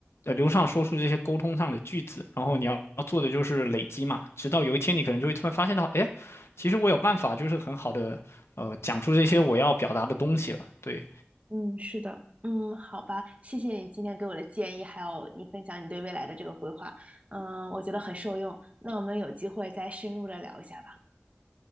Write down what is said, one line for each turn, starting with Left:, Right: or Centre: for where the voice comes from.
Left: 呃流畅说出这些沟通上的句子。然后你要要做的就是累积嘛，直到有一天你可能就会突然发现到，哎，其实我有办法，就是很好的呃讲出这些我要表达的东西了。对，
Right: 嗯，是的，嗯，好吧，谢谢你今天给我的建议，还有你分享你对未来的这个规划，嗯，我觉得很受用。那我们有机会再深入的聊一下吧。